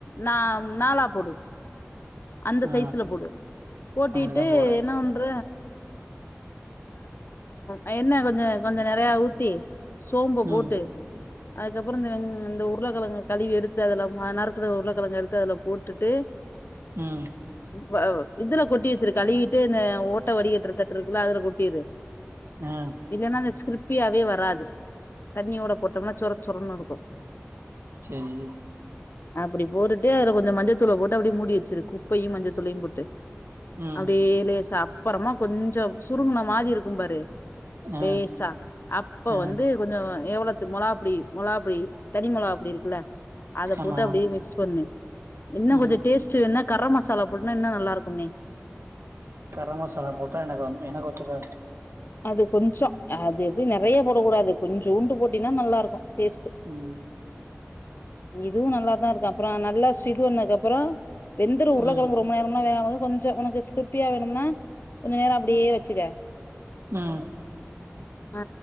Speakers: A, on the left; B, on the right.
A: நா நாலா போடு அந்த
B: ஆ
A: சைஸ்ல போடு போட்டிட்டு
B: அப்டிதா போட்றே
A: என்ன பண்ற ஆ எண்ண கொஞ்சோ கொஞ்சோ நெறையா ஊத்தி சோம்ப
B: ம்
A: போட்டு அதுக்கப் றோ இந்த ங் இந்த உருளக்கெழங்க கழிவி எடுத்து அதுல ம நருக்குன உருளக்கெழங்க எடுத்து அதல போட்டுட்டு
B: ம்
A: வ இதுல கொட்டி வெச்சிரு கழுவிட்டு இந்த ஓட்ட வடிகட்டுற தட்டு இருக்குல்லா அதுல கொட்டிரு
B: ஆ
A: இல்லன்னா அந்த ஸ்கிரிப்பியாவே வராது தண்ணியோட போட்டம்னா சொரச்சொரன்னு இருக்கு
B: செரி
A: அப்டி போட்டுட்டு அதுல கொஞ்ச மஞ்சதூள போட்டு அப்படியே மூடி வெச்சிரு குப் உப்பையு மஞ்ச துளையு போட்டு
B: ம்
A: அப்டியே லேசாப் அப்பறமா கொஞ்சோ சுருங்குன மாரி இருக்கும் பாரு
B: ஆ
A: லேசா அப்ப
B: ஆ
A: வந்து கொஞ்சோ எவ்ளத்து மொளகாப்பொடி மொளகாப் பொடி தனி மொளகாபொடி இருக்குல்ல அத
B: ஆமா
A: போட்டு அப்டியே மிக்ஸ் பண்ணு இன்னுங்
B: ம்
A: கொஞ்சோ டேஸ்ட் டு வேனுனா கர மசாலா போட்டனா இன்னு நல்லா இருக்கும்நே
B: கரம் மசாலா போட்டா எனக்கு வந்து என்க்கு ஒத்துக்காது
A: அது கொஞ்சோ அது எப்டி நெறைய போடக் கூடாது கொஞ்சூண்டு போட்டினா நல்லா இருக்கு டேஸ்ட்டு
B: ம்
A: இதுவு நல்லாதா இருக்கு அப்புறோ நல்லா சு இது பண்ணதுக்கு அப்பறோ வெந்துரு உருளக்கெழங்கு
B: ம்
A: ரொம்ப நேரம் லா வேகாது கொஞ்சோ உனக்கு ஸ்கிரிப்பியா வேணும்னா கொஞ்ச நேரோ அப்டியே வெச்சுக்க
B: ஆ
A: ஆ